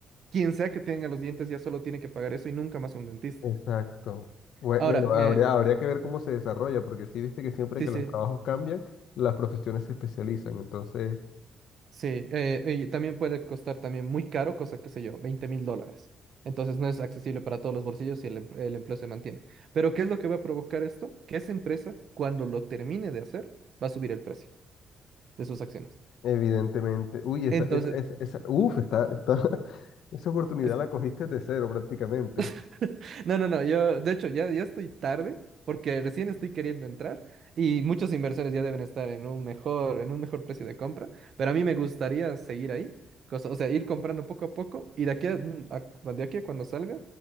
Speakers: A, on the right; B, on the left.
A: quien sea que tenga los dientes ya solo tiene que pagar eso y nunca más un dentista.
B: Exacto. Bue-
A: Ahora,
B: Bueno, habría,
A: eh,
B: habría que ver cómo se desarrolla, porque sí viste que siempre
A: sí,
B: que
A: sí,
B: los trabajos cambian, las profesiones se especializan. Entonces,
A: sí, eh, y también puede costar también muy caro, cosa, qué sé yo, veinte mil dólares. Entonces no es accesible para todos los bolsillos y el, em- el empleo se mantiene. Pero ¿qué es lo que va a provocar esto? Que esa empresa, cuando lo termine de hacer, va a subir el precio. de sus acciones.
B: evidentemente, uy, esa,
A: Entonces,
B: esa, esa, esa- uf, está, está, <laughs> esa oportunidad
A: es que-
B: la cogiste de cero prácticamente.
A: <laughs> no, no, no, yo de hecho ya, ya estoy tarde porque recién estoy queriendo entrar y muchos inversores ya deben estar en un mejor, en un mejor precio de compra, pero a mí me gustaría seguir ahí, cosa- o sea, ir comprando poco a poco y de aquí a, mm, a- de aquí a cuando salga